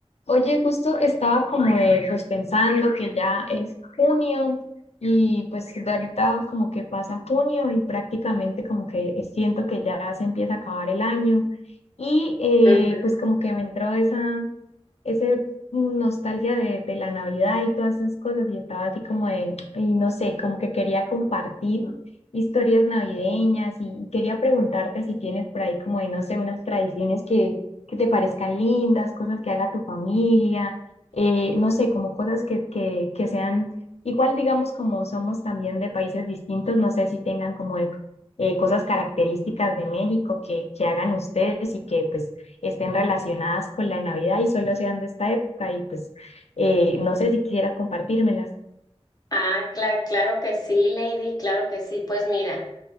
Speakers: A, on the left; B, on the left.
A: Oye, justo estaba como eh, pues pensando que ya es junio y pues de ahorita como que pasa junio y prácticamente como que siento que ya se empieza a acabar el año y eh,
B: Ujú.
A: pues como que me entró esa, ese mm, nostalgia de, de la Navidad y todas esas cosas y estaba así como de, y no sé, como que quería compartir historias navideñas y, y quería preguntarte si tienes por ahí como de, no sé, unas tradiciones que, que te parezcan lindas, cosas que haga tu familia, eh, no sé, como cosas que, que, que sean igual, digamos, como somos también de países distintos, no sé si tengan como de, eh, cosas características de México que, que hagan ustedes y que pues estén relacionadas con la Navidad y solo sean de esta época y pues eh, no sé si quisieras compartírmelas.
B: Ah, cla- claro que sí, Lady, claro que sí. Pues mira,